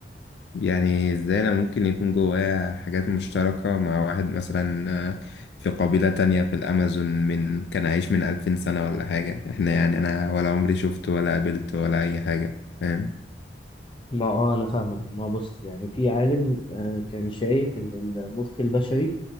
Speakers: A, on the left; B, on the left.
A: يعني ازاي انا ممكن يكون جوايا حاجات مشتركة مع واحد مثلا آه، في قبيلة تانية في الأمازون من كان عايش من ألفين سنة ولا حاجة احنا يعني أنا ولا عمري شفته ولا قابلته ولا أي حاجة فاهم
B: ما اه انا فاهمك ما بص يعني في عالم آه كان شايف ان المخ البشري